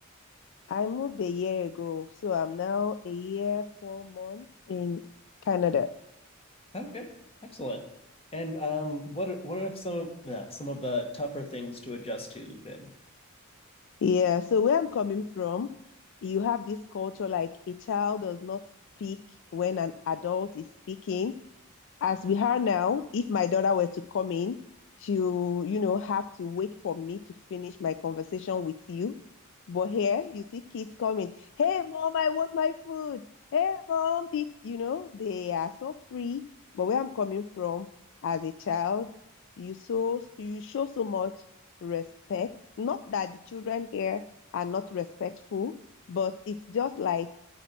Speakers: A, on the left (about 60°); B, on the left (about 25°).
A: I moved a year ago, so I'm now a year, four months in Canada.
B: Okay, excellent. And um, what are, what have some of, uh, some of the tougher things to adjust to been?
A: Yeah, so where I'm coming from, you have this culture like a child does not speak when an adult is speaking. As we are now, if my daughter were to come in, she'll, you know, have to wait for me to finish my conversation with you. But here, you see kids coming. Hey, mom, I want my food. Hey, mom, it, you know, they are so free. But where I'm coming from as a child, you so you show so much respect. Not that the children here are not respectful, but it's just like